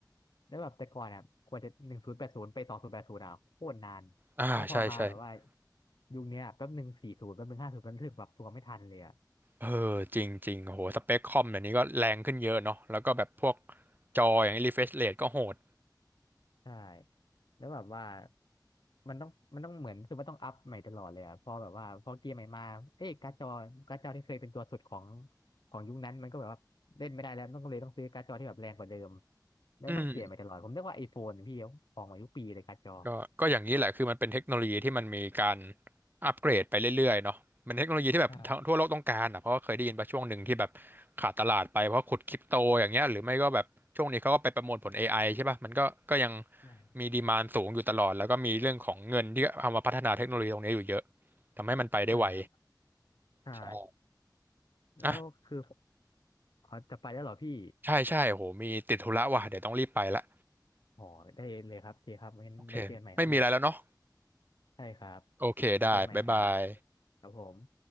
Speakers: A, on the left; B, on the right.
A: แล้วแบบแต่ก่อนอ่ะกว่าจะหนึ่งศูนย์แปดศูนย์ไปสองศูนย์แปดศูนย์อ่ะโคตรนาน
B: อ่าใช่ใช่ใช่
A: แล้วพอมาแบบว่ายุคเนี้ยแป๊บหนึ่งสี่ศูนย์แป๊บหนึ่งห้าศูนย์มันถึงแบบตัวไม่ทันเลยอ่ะ
B: เออจริงจริงโหสเปคคอมเดี๋ยวนี้ก็แรงขึ้นเยอะเนาะแล้วก็แบบพวกจออย่างรีเฟรชเรทก็โหด
A: ใช่แล้วแบบว่ามันต้องมันต้องเหมือนคือมันต้องอัพใหม่ตลอดเลยอะพอแบบว่าพอเกียร์ใหม่มาเอ๊ะการ์ดจอการ์ดจอที่เคยเป็นตัวสุดของของยุคนั้นมันก็แบบว่าเล่นไม่ได้แล้วต้องเลยต้องซื้อการ์ดจอที่แบบแรงกว่าเดิมแล้วต้องเปลี่ยนใหม่ตลอดผมเรียกว่าไอโฟนพี่ออกมาทุกปีเลยการ์ดจอ
B: อืม ก็ก็อย่างนี้แหละคือมันเป็นเทคโนโลยีที่มันมีการอัปเกรดไปเรื่อยๆเนาะมันเทคโนโลยีที่แบบทัวทั่วโลกต้องการอ่ะเพราะว่าเคยได้ยินไปช่วงหนึ่งที่แบบ
A: ใช่
B: ขาดตลาดไปเพราะขุดคริปโตอย่างเงี้ยหรือไม่ก็แบบช่วงนี้เขาก็ไปประมวลผล AI ใช่ป่ะมันก็ก็ยัง
A: ใช่
B: มีดีมานสูงอยู่ตลอดแล้วก็มีเรื่องของเงินที่เอามาพัฒนาเทคโนโลยีตรงนี้อยู่เยอะทำให้มันไปได้ไว
A: ใช่ครับใช่
B: ใช่
A: แล้วคือ
B: อ่ะ
A: อ๋อจะไปแล้วเหรอพี่
B: ใช่ใช่โหมีติดธุระว่ะเดี๋ยวต้องรีบไปละ
A: อ๋อได้เลยครับโอเคครับงั้นไว้เจอกันใหม่ครับพี่
B: โอเคไม่มีอะไรแล้วเนาะ
A: ใช่ครับ
B: โอเคได้บ๊ายบาย
A: ไว้เจอกันใหม่ครับครับผม